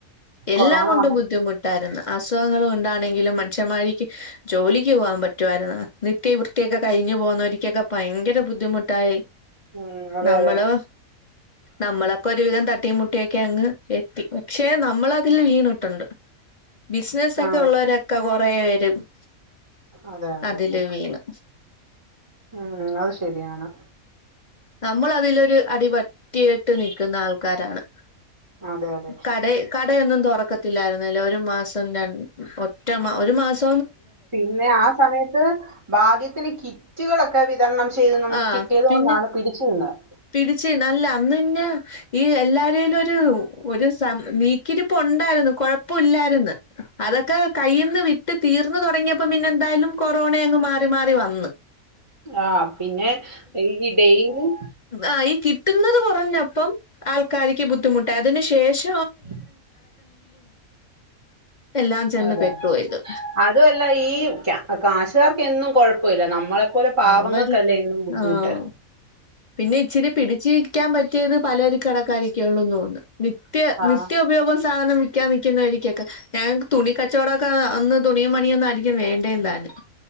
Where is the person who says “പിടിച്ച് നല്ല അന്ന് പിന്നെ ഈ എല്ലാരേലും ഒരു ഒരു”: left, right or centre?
Left